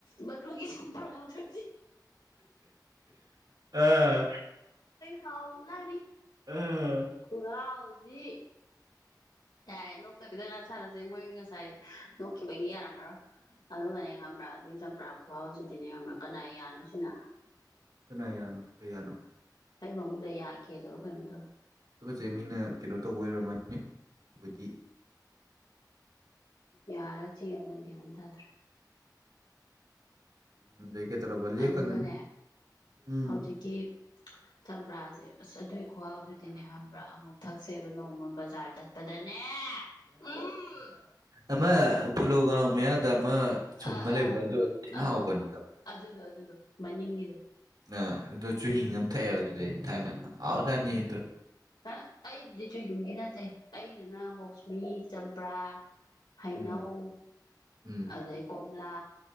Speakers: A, on the left; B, on the right.
A: ꯃꯗꯨꯨꯒꯤ ꯆꯝꯄ꯭ꯔꯥ ꯗꯨꯗꯤ
B: ꯑꯥ
A: ꯍꯥꯎꯖꯅꯤ
B: ꯑꯥ
A: ꯈꯨꯍꯥꯎꯗꯤ ꯌꯥꯔꯦꯅꯨ ꯐꯠꯇꯕꯤꯗ ꯉꯥꯏ ꯁꯥꯥꯟꯅꯁꯦ ꯃꯣꯏ ꯉꯁꯥꯏ ꯅꯣꯛꯈꯤꯕꯒꯤ ꯌꯥꯔꯝꯃꯔꯣꯏ ꯑꯗꯨꯒꯅꯦ ꯈꯪꯕ꯭ꯔꯥ ꯑꯗꯨꯒꯤ ꯆꯝꯄ꯭ꯔꯥ ꯈꯨꯍꯥꯎꯖꯤꯗꯤꯅꯦ ꯈꯪꯕ꯭ꯔꯥ ꯀꯅꯥꯏ ꯌꯥꯅꯣ ꯁꯤꯅ
B: ꯀꯅꯥꯌꯥꯅꯣ ꯀꯌꯥꯅꯣ
A: ꯑꯩ ꯐꯃꯨꯡꯗ ꯌꯥ ꯀꯦꯜꯂꯕ ꯀꯩꯅꯣꯝ ꯇꯧꯔꯦ
B: ꯊꯨꯒꯠꯆꯩ ꯃꯤꯅ ꯀꯩꯅꯣ ꯇꯎꯕ ꯑꯣꯏꯔꯝꯃꯗꯤ
A: ꯌꯥꯔꯥ ꯆꯦꯔꯥ ꯒꯌꯥꯟ ꯑꯝ ꯇꯥꯗꯔꯦ
B: <inaudible> ꯂꯦꯞꯀꯅꯨꯅꯦ
A: ꯑꯗꯨꯒꯅꯦ
B: ꯎꯝ
A: ꯍꯧꯖꯤꯛꯀꯤ ꯆꯝꯄ꯭ꯔꯥꯁꯦ ꯑꯁ ꯑꯗꯨꯏ ꯈꯨꯍꯥꯎꯗꯨꯗꯤꯅꯦ ꯍꯥꯏꯕ꯭ꯔꯥ ꯑꯃꯨꯛ ꯊꯛ ꯁꯦꯕ ꯅꯣꯡꯃ ꯕꯖꯥꯔ ꯆꯠꯄꯗꯅꯦ ꯎꯝ
B: ꯑꯃ ꯄꯣꯂꯣ ꯒ꯭ꯔꯣꯡ ꯃꯥꯌꯥꯗ ꯑꯃ ꯁꯨꯝ
A: ꯑꯥ
B: ꯑꯃ ꯂꯩꯕꯗꯣ
A: ꯑꯥ
B: ꯑꯗꯨ ꯌꯥꯝ ꯊꯤꯅ
A: ꯑꯥ
B: ꯍꯥꯎꯕꯅꯦ ꯑꯗꯣ
A: ꯑꯗꯨꯗꯣ ꯑꯗꯨꯗꯣ ꯃꯅꯤꯡꯒꯤꯗꯣ
B: ꯑꯥ ꯑꯗꯨꯣ ꯆꯨꯍꯤꯡ ꯑꯃ ꯊꯛꯑꯦꯕ ꯑꯗꯨꯗꯤ ꯊꯥꯏꯅ ꯍꯥꯎꯖꯅꯤꯗꯣ
A: ꯍꯥ ꯑꯩꯗ ꯆꯨꯍꯤꯡꯒꯤ ꯅꯠꯇꯦ ꯑꯩꯗꯨꯅ ꯃꯧꯁꯃꯤ ꯆꯝꯄ꯭ꯔꯥ ꯍꯩꯅꯧ
B: ꯎꯝ ꯎꯝ
A: ꯑꯗꯩ ꯀꯣꯝꯂꯥ